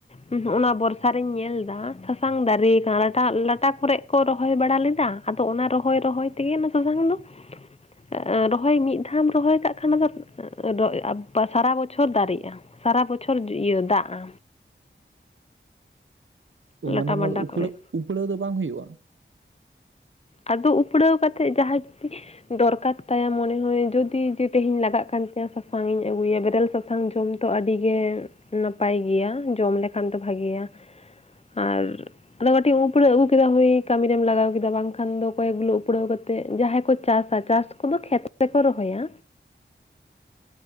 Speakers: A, on the left (about 30°); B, on the right (about 70°).
A: ᱦᱩᱦ ᱵᱚᱨᱥᱟ ᱨᱤᱧ ᱧᱮᱞ ᱫᱟ ᱥᱟᱥᱟᱝ ᱫᱟᱨᱮ ᱠᱟᱱᱟ ᱞᱟᱴᱟ ᱞᱟᱴᱟ ᱠᱚᱨᱮᱜ ᱠᱚ ᱨᱚᱦᱚᱭ ᱵᱟᱲᱟ ᱞᱮᱫᱟ ᱟᱫᱚ ᱚᱱᱟ ᱨᱚᱦᱚᱭ ᱨᱚᱦᱚᱭ ᱛᱮᱜᱮ ᱚᱱᱟ ᱥᱟᱥᱟᱝ ᱫᱚ ᱮᱸ ᱢᱤᱫ ᱫᱷᱟᱣᱢ ᱨᱚᱦᱚᱭ ᱠᱟᱜ ᱠᱷᱟᱱ ᱟᱫᱚ ᱟᱫᱚ-ᱮ ᱟᱵ ᱥᱟᱨᱟ ᱵᱚᱪᱷᱚᱨ ᱫᱟᱨᱮᱜᱼᱟ᱾ ᱥᱟᱨᱟ ᱵᱚᱪᱷᱚᱨ ᱤᱭᱟ ᱫᱟᱜᱼᱟ᱾ ᱞᱟᱴᱟ
B: ᱚ ᱢᱟᱱᱮ ᱱᱚᱣᱟ
A: ᱢᱟᱰᱟ
B: ᱫᱚ ᱩᱯᱲᱟ
A: ᱠᱚᱨᱮᱫ
B: ᱩᱯᱲᱟᱹᱣ ᱫᱚ ᱵᱟᱝ ᱦᱩᱭᱩᱜᱼᱟ᱾
A: ᱟᱫᱚ ᱩᱯᱲᱟᱹᱣ ᱠᱟᱛᱮᱜ ᱡᱟᱦᱟᱸᱭ ᱡᱩᱫᱤ ᱫᱚᱨᱠᱟᱨ ᱛᱟᱭᱟ ᱢᱚᱱᱮ ᱦᱚᱭ ᱡᱩᱫᱤ ᱡᱮ ᱛᱤᱦᱤᱧ ᱞᱟᱜᱟᱜ ᱠᱟᱱ ᱛᱟᱧᱟ ᱥᱟᱥᱟᱝ ᱤᱧ ᱟᱹᱜᱩᱭᱟ ᱵᱮᱨᱮᱞ ᱥᱟᱥ ᱥᱟᱝ ᱡᱚᱢ ᱛᱚ ᱟᱹᱰᱤ ᱜᱮ ᱱᱟᱯᱟᱭ ᱜᱮᱭᱟ ᱡᱚᱢ ᱞᱮᱠᱷᱟᱱ ᱛᱚ ᱵᱷᱟᱜᱤᱭᱟ᱾ ᱟᱨ ᱟᱫᱚ ᱠᱟᱹᱴᱤᱢ ᱩᱯᱲᱟᱹᱣ ᱟᱹᱜᱩ ᱠᱮᱫᱟ ᱦᱳᱭ ᱠᱟᱹᱢᱤ ᱨᱮᱢ ᱞᱟᱜᱟᱣ ᱠᱮᱫᱟ ᱵᱟᱝᱠᱷᱟᱱ ᱫᱚ ᱠᱚᱭᱮᱠ ᱜᱩᱞᱳ ᱩᱯᱲᱟᱹᱣ ᱠᱟᱛᱮ ᱛᱮ ᱡᱟᱦᱟᱸᱭ ᱠᱚ ᱪᱟᱥᱟ ᱪᱟᱥ ᱠᱚᱫᱚ ᱠᱷᱮᱛ ᱨᱮᱠᱚ ᱨᱚᱦᱚᱭᱟ᱾